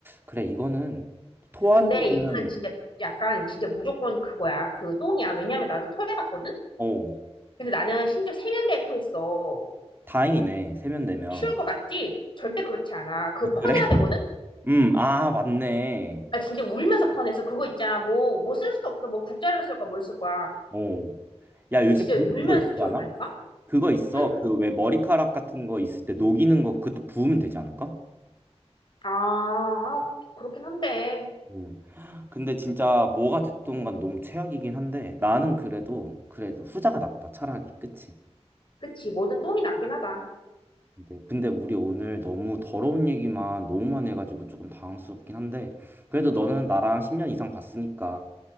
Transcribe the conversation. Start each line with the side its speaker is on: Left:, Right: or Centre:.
Right: 그래 이거는 토하는
Left: 근데
Right: 거는
Left: 이거는 진짜 약간 진짜 무조건 그거야. 그 똥이야. 왜냐면 나도 토해봤거든?
Right: 어
Left: 근데 나는 심지어 세면대에 토했어.
Right: 다행이네 세면되면
Left: 쉬울 것 같지? 절대 그렇지 않아. 그거
Right: 아, 그래?
Left: 퍼내야
Right: <laughs>
Left: 되거든?
Right: 음, 아 맞네.
Left: 나 진짜 울면서 퍼냈어. 그거 있잖아. 뭐, 뭐 쓸 수도 없어. 뭐 국자를 쓸 거야. 뭘 쓸 거야.
Right: 어, 야
Left: 나
Right: 요즘
Left: 진짜
Right: 근데
Left: 울면서
Right: 그거 있지
Left: 치웠다니까?
Right: 않아? 그거 있어.
Left: 응?
Right: 그 왜 머리카락 같은 거 있을 때 녹이는 거 그것도 부으면 되지 않을까?
Left: 아, 아, 그렇긴 한데.
Right: 음. 근데 진짜 뭐가 됐든 간 너무 최악이긴 한데 나는 그래도 그래도 후자가 낫다 차라리 그치?
Left: 그치. 뭐든 똥이 낫긴 하다.
Right: 근데, 근데 우리 오늘 너무 더러운 얘기만 너무만 해가지고 조금 당황스럽긴 한데 그래도 너는 나랑 10년 이상 봤으니까